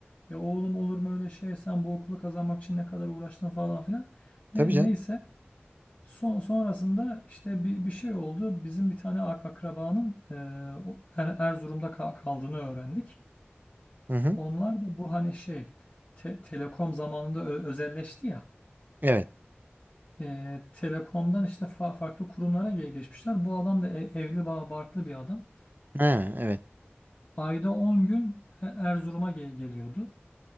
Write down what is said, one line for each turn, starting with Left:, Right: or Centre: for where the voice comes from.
Left: Ya oğlum olur mu öyle şey sen bu okulu kazanmak için ne kadar uğraştın falan filan. Ne,
Right: Tabii canım.
Left: neyse son, sonrasında işte bir, bir şey oldu. Bizim bir tane ak- akrabanın e, o Er- Erzurum'da ka- kaldığını öğrendik.
Right: Hı hı.
Left: Onlar da bu hani şey te- telekom zamanında ö- özelleşti ya.
Right: Evet.
Left: E, telekomdan işte fa- farklı kurumlara ge- geçmişler. Bu adam da e- evli ba- barklı bir adam.
Right: Ha, evet.
Left: Ayda 10 gün E- Erzurum'a ge- geliyordu.